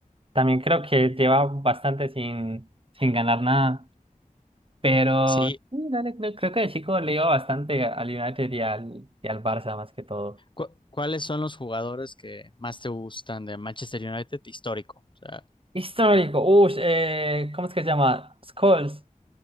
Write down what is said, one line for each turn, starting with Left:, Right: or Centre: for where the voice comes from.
Right: También creo que lleva bastante sin, sin ganar nada, pero
Left: Sí,
Right: sí, dale, creo, creo que de chico le iba bastante al United y al, y al Barça más que todo.
Left: cu- ¿cuáles son los jugadores que más te gustan de Manchester United histórico? O sea,
Right: Histórico, uff, eh, ¿cómo es que se llama? Scholes,